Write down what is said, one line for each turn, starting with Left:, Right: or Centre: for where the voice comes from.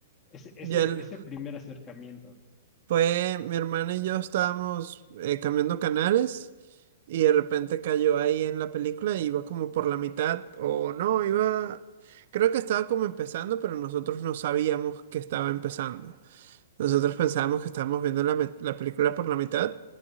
Left: ese, ese,
Right: Ya
Left: ese primer acercamiento?
Right: Fue mi hermana y yo estábamos eh, cambiando canales y de repente cayó ahí en la película y iba como por la mitad o no, iba, creo que estaba como empezando, pero nosotros no sabíamos que estaba empezando. Nosotros
Left: Mm,
Right: pensábamos que estábamos viendo la, met- la película por la mitad